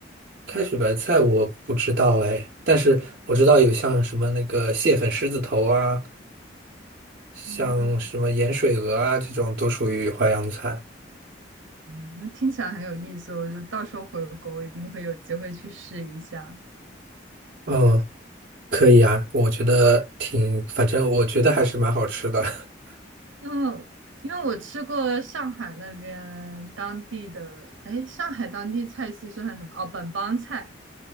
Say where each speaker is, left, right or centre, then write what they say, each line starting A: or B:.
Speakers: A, on the right (about 50°); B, on the right (about 80°).
A: 开水白菜我不知道哎，但是我知道有像什么那个蟹粉狮子头啊，像什么盐水鹅啊，
B: 哦，
A: 这种都属于淮扬菜。
B: 嗯那听起来很有意思，我就到时候回国，我一定会有机会去试一下。
A: 嗯。可以啊，我觉得挺，反正我觉得还是蛮好吃的。<laughs>
B: 嗯，因为我吃过上海那边当地的，哎，上海当地菜系算什么？哦，本帮菜，